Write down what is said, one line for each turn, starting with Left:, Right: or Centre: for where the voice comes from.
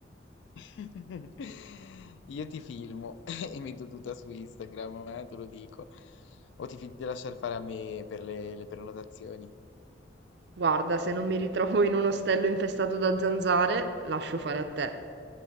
Left: <laughs> Io ti filmo <laughs> e metto tutta su Instagram, eh, te lo dico. O ti fidi di lasciar fare a me per le, le prenotazioni?
Right: Guarda, se non mi ritrovo in un ostello infestato da zanzare, lascio fare a te.